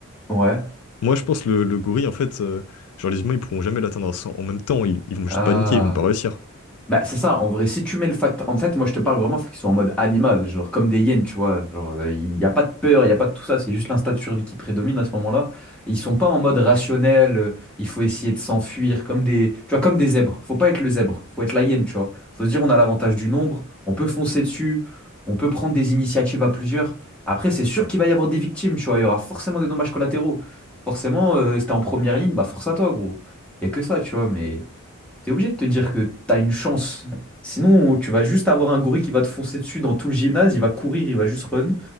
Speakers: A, in the centre; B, on the left.
A: ouais.
B: Moi je pense le, le gorille en fait, euh, genre les humains ils pourront jamais l'atteindre. sans- En même temps, ils, ils vont juste
A: Ah.
B: paniquer, ils vont pas réussir.
A: Bah, c'est ça, en vrai, si tu mets le fact... En fait, moi, je te parle vraiment, faut qu'ils soient en mode animal, genre comme des hyènes, tu vois. Genre, euh, il n'y a pas de peur, il n'y a pas de tout ça, c'est juste l'instinct de survie qui prédomine à ce moment-là. Et ils sont pas en mode rationnel, euh, il faut essayer de s'enfuir, comme des... Tu vois, comme des zèbres. Faut pas être le zèbre, faut être la hyène, tu vois. Faut se dire, on a l'avantage du nombre, on peut foncer dessus, on peut prendre des initiatives à plusieurs. Après, c'est sûr qu'il va y avoir des victimes, tu vois, il y aura forcément des dommages collatéraux. Forcément, euh, si t'es en première ligne, bah force à toi, gros. Il n'y a que ça, tu vois, mais t'es obligé de te dire que t'as une chance. Sinon, tu vas juste avoir un gorille qui va te foncer dessus dans tout le gymnase, il va courir, il va juste run,